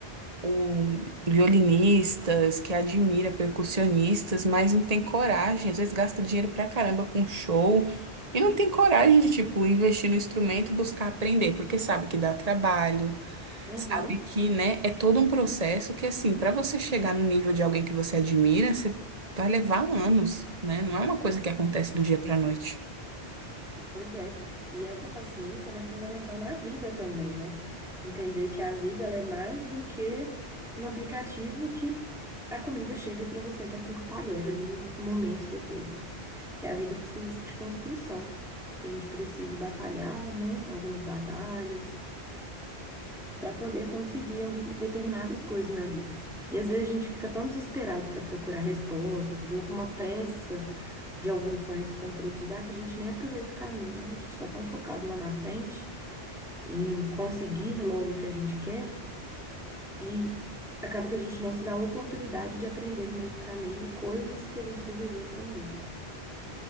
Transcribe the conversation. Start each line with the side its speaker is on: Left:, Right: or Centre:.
Right: o violinistas, que admira percussionistas, mas não tem coragem, às vezes gasta dinheiro pra caramba com show e não tem coragem de, tipo, investir no instrumento e buscar aprender, porque sabe que dá trabalho,
Centre: Uhum.
Right: Sabe que, né, é todo um processo que, assim, para você chegar no nível de alguém que você admira, você vai levar anos, né? Não é uma coisa que acontece do dia para noite.
Centre: Pois é. E essa paciência, ela é fundamental na vida também, né? Entender que a vida, ela é mais do que um aplicativo que a comida chega para você até com o talher ali momentos depois. Que a vida precisa de construção. A gente precisa batalhar, né? Algumas batalhas para poder conseguir algum- determinadas coisas na vida. E às vezes a gente fica tão desesperado para procurar respostas ou com uma pressa de algum sonho se concretizar que a gente nem aproveita o caminho, né? A gente está tão focado lá na frente em conseguir logo o que a gente quer e acaba que a gente não se dá a oportunidade de aprender no meio do caminho coisas que a gente deveria aprender.